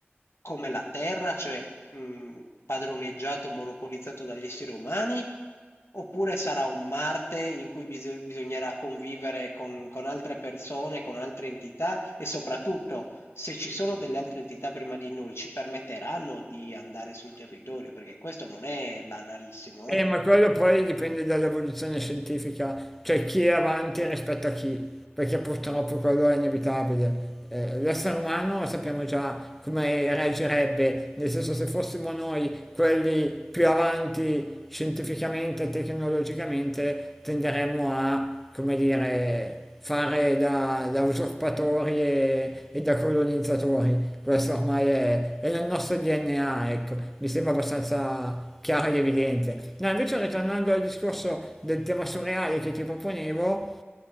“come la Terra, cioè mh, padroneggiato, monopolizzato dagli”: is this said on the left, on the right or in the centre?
Left